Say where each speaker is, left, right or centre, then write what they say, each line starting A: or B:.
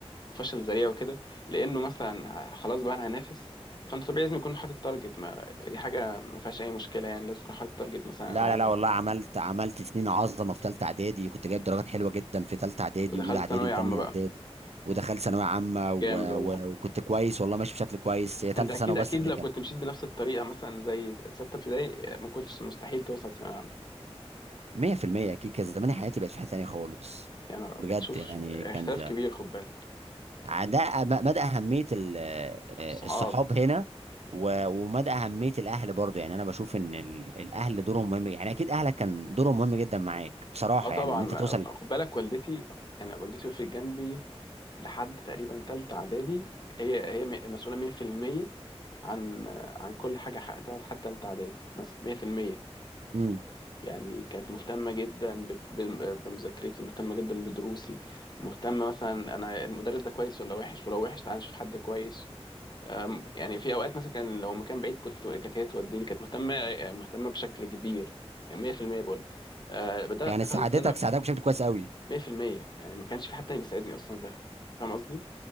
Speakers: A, on the left; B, on the right.
A: وفشل ذريع وكده لانه مثلا ه- خلاص بقى انا هنافس فانت طبيعي لازم يكون حاطط تارجت ما دي حاجه ما فيهاش اي مشكله يعني لازم يكون حاطط تارجت مثلا
B: لا
A: انا عايز
B: لا لا
A: اعمل
B: والله عملت عملت سنين عظمه في ثالثه اعدادي كنت جايب درجات حلوه جدا في ثالثه اعدادي
A: ودخلت
B: واولى اعدادي
A: ثانويه
B: وثانيه
A: عامه بقى
B: اعدادي ودخلت ثانويه عامه و...
A: جامد والله
B: و... وكنت كويس والله ماشي بشكل كويس هي ثالثه
A: انت اكيد
B: ثانوي
A: اكيد
B: بس اللي
A: لو
B: كان
A: كنت مشيت بنفس الطريقه مثلا زي سته ابتدائي ما كنتش مستحيل توصل ثانويه عامه
B: 100% اكيد كان زمان حياتي بقت في حته ثانيه خالص
A: يا نهار ابيض
B: بجد
A: شوف
B: يعني
A: اختلاف
B: كان
A: كبير خد بالك
B: ده ب- مدى اهميه ال- آه،
A: الصحاب
B: الصحاب هنا و- ومدى اهميه الاهل برضه يعني انا بشوف ان ال- الاهل دورهم مهم يعني اكيد اهلك كان دورهم مهم جدا معاك بصراحه
A: اه طبعا
B: يعني ان انت توصل
A: خد بالك والدتي يعني والدتي وقفت جنبي لحد تقريبا تالتة اعدادي هي هي م- مسؤوله 100% عن عن كل حاجه حققتها لحد تالتة اعدادي مثلا 100%
B: امم
A: يعني كانت مهتمه جدا بت- ب- بمذاكرتي مهتمه جدا بدروسي مهتمه مثلا انا المدرس ده كويس ولا وحش ولو وحش تعالى نشوف حد كويس أم، يعني في اوقات مثلا كان لو مكان بعيد كنت كانت هي توديني كانت مهتمه مهتمه بشكل كبير 100% بقول لك. آه، بدأ-
B: يعني
A: دخلت
B: ساعدتك
A: ثانوي
B: ساعدتك بشكل كويس قوي
A: 100% يعني ما كانش في حد تاني بيساعدني اصلا غيرها فاهم قصدي